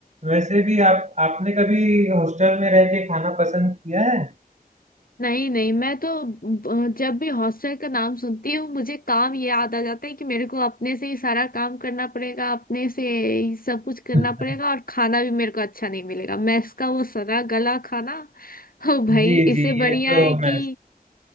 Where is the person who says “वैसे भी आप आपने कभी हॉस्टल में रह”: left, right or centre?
Right